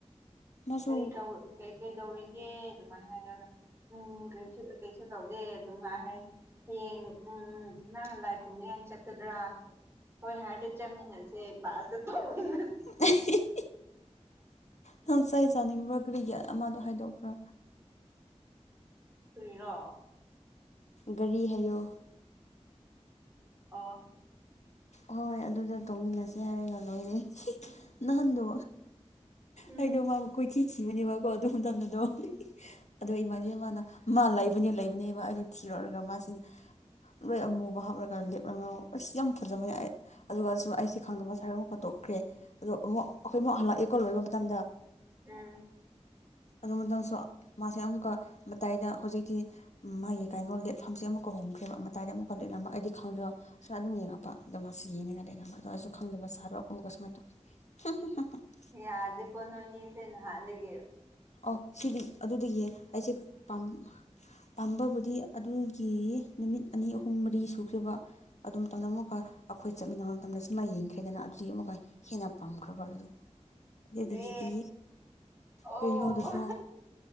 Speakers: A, on the left (about 80°); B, on the right (about 20°).
A: ꯃꯥꯁꯨ
B: ꯀꯔꯤ ꯇꯧ ꯀꯩ ꯀꯩꯗꯧꯔꯤꯒꯦ ꯑꯗꯨꯃꯥꯏ ꯍꯥꯏꯔꯒ ꯎꯝ ꯀꯩꯁꯨ ꯀꯩꯁꯨ ꯇꯧꯗꯦ ꯑꯗꯨꯝ ꯍꯥꯏ ꯍꯥꯏꯔꯗꯤ ꯍꯌꯦꯡ ꯎꯝ ꯅꯪꯅ ꯂꯥꯏ ꯈꯨꯔꯨꯝꯅꯤꯉꯥꯏ ꯆꯠꯀꯗ꯭ꯔꯥ ꯍꯣꯏ ꯍꯥꯏꯔꯗꯤ ꯆꯃꯤꯟꯅꯁꯦ <unintelligible>
A: <unintelligible> ꯅꯪ ꯆꯩ ꯆꯥꯅꯤꯡꯕ꯭ꯔꯣ ꯀꯔꯤꯒꯤ ꯑꯃꯗꯣ ꯍꯥꯏꯗꯣꯛꯄ꯭ꯔꯥ
B: ꯀꯔꯤꯔꯣ
A: ꯒꯥꯔꯤ ꯍꯥꯏꯌꯣ
B: ꯑꯣ
A: ꯍꯣꯏ ꯑꯗꯨꯗ ꯇꯧꯃꯤꯟꯅꯁꯤ ꯍꯥꯏꯔꯒ ꯂꯣꯏꯔꯦ ꯅꯍꯥꯟꯗꯣ
B: ꯎꯝ
A: ꯑꯩꯗꯣ ꯃꯥꯕꯨ ꯀꯣꯏꯊꯤ ꯊꯤꯕꯅꯦꯕꯀꯣ ꯑꯗꯨ ꯃꯇꯝꯗꯗꯣ ꯑꯗꯣ ꯏꯃꯥꯟꯕꯤ ꯑꯃꯅ ꯃꯥ ꯂꯩꯕꯅꯦ ꯂꯩꯕꯅꯦꯕ ꯑꯩꯗꯣ ꯊꯤꯌꯣꯔꯛꯑꯒ ꯃꯥꯁꯤꯅ ꯂꯣꯏ ꯑꯃꯨꯕ ꯍꯥꯞꯂꯒ ꯂꯦꯞꯂꯝꯃꯥ ꯑꯁ ꯌꯥꯝ ꯐꯖꯕꯅꯤ ꯑꯩ ꯑꯗꯨꯒꯁꯨ ꯑꯩꯁꯦ ꯈꯪꯗꯕ <unintelligible> ꯇꯣꯛꯈ꯭ꯔꯦ ꯑꯗꯣ ꯑꯃꯨꯛ ꯑꯩꯈꯣꯏ ꯑꯃꯨꯛ ꯍꯜꯂꯛꯑꯦꯀꯣ ꯂꯣꯏꯕ ꯃꯇꯝꯗ
B: ꯎꯝ
A: ꯑꯗꯨ ꯃꯇꯥꯡꯁꯨ ꯃꯥꯁꯦ ꯑꯃꯨꯛꯀ ꯃꯇꯥꯏꯗ ꯍꯧꯖꯤꯛꯇꯤ ꯃꯥꯒꯤ ꯀꯩꯅꯣ ꯂꯦꯞꯐꯝꯁꯦ ꯑꯃꯨꯛ ꯀ ꯍꯣꯡꯈ꯭ꯔꯦꯕ ꯃꯇꯥꯏꯗ ꯑꯃꯨꯛꯀ ꯂꯦꯞꯂꯝꯕ ꯑꯩꯗꯤ ꯈꯪꯗ꯭ꯔꯕ ꯁꯨꯋꯥꯏ ꯑꯗꯨꯝ ꯌꯦꯡꯉꯛꯄ ꯑꯗꯣ ꯃꯥꯁꯤ ꯌꯦꯡꯉꯒ ꯂꯩꯔꯝꯕꯗꯣ ꯑꯩꯖꯨ ꯈꯪꯗꯕ ꯁꯥꯔ ꯑꯃꯨꯒ ꯁꯨꯃꯥꯏꯅ ꯇꯧ <unintelligible>
B: ꯌꯥꯗꯦ ꯀꯣ ꯅꯣꯏꯅꯤꯁꯦ ꯅꯍꯥꯟꯗꯒꯤ
A: ꯑꯣ ꯁꯤꯗꯤ ꯑꯗꯨꯗꯒꯤꯌꯦ ꯑꯩꯁꯦ ꯄꯥꯝ ꯄꯥꯝꯕꯕꯨꯗꯤ ꯑꯗꯨꯒꯤ ꯅꯨꯃꯤꯠ ꯑꯅꯤ ꯑꯍꯨꯝ ꯃꯔꯤ ꯁꯨꯈ꯭ꯔꯦꯕ ꯑꯗꯨ ꯃꯇꯝꯗ ꯑꯃꯨꯛꯀ ꯑꯩꯈꯣꯏ ꯆꯠꯃꯤꯟꯅꯕ ꯃꯇꯝꯗ ꯁꯨꯃꯥꯏ ꯌꯦꯡꯈ꯭ꯔꯦꯗꯅ ꯑꯗꯨꯗꯨꯗꯤ ꯑꯃꯨꯛꯀ ꯍꯦꯟꯅ ꯄꯥꯝꯈ꯭ꯔꯕ ꯑꯗꯣ ꯑꯗꯨꯗꯒꯤꯗꯤ
B: ꯑꯦ ꯑꯣ
A: ꯀꯩꯅꯣꯗꯁꯨ